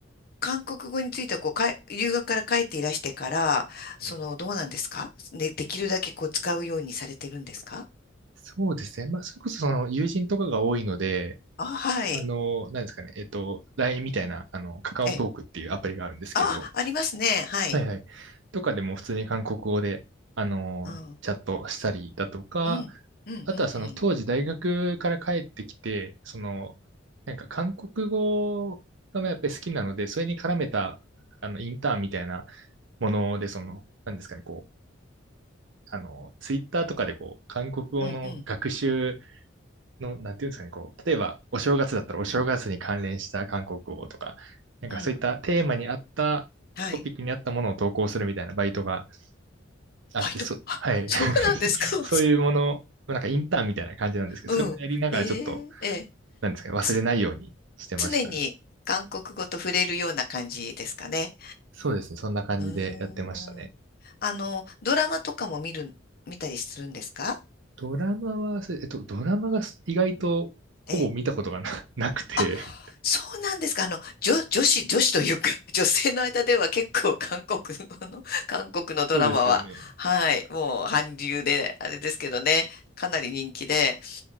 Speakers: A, on the left; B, on the right.
A: 韓国語についてはこうかい、留学から帰っていらしてから、
B: はい
A: その、どうなんですかね、できるだけこう使うようにされてるんですか
B: そうですね。まあ、それこそその友人とかが多いので、
A: あ、はい。
B: あの、何ですかね、えっと、LINE みたいな、あの、カカオトークっていうアプリがあるんですけど、
A: ええ、あ、ありますね。はい。
B: はいはい。とかでも普通に韓国語で、あの、
A: うん。
B: チャットしたりだとか、
A: うん。うん。うん。
B: あとはその当時大学から帰ってきて、その、なんか韓国語がやっぱり好きなので、それに絡めた、あの、インターンみたいなもので、その、何ですかね、こう、あの、ツイッターとかでこう、韓国語の学習
A: うん。うん。
B: の、なんていうんですかね、こう、例えばお正月だったらお正月に関連した韓国語とか、なんかそういったテーマに合ったトピックに合ったものを投稿するみたいなバイトが
A: うん。うんはい。
B: あって、
A: バイト。
B: そ、
A: あ、
B: はい。
A: そうなんですか
B: <laughs>
A: <laughs> そう
B: そういうもの、なんかインターンみたいな感じなんですけど、
A: うん。
B: それをやりながらちょっと、
A: ええええ
B: なんですかね、忘れないようにしてましたね。
A: つ、常に韓国語と触れるような感じですかね。
B: そうですね、そんな感じでやってましたね。
A: うーん。あの、ドラマとかも見る、見たりするんですか
B: ドラマは、えっと、ドラマが意外とほぼ見たことがな、
A: え
B: <laughs> なくて、
A: あ、そうなんですか。あの、女、女子、女子というか、<laughs> 女性の間では結構韓国語の、<laughs> 韓国のドラマは、
B: そうですよね。
A: はい、もう韓流で、あれですけどね、かなり人気で、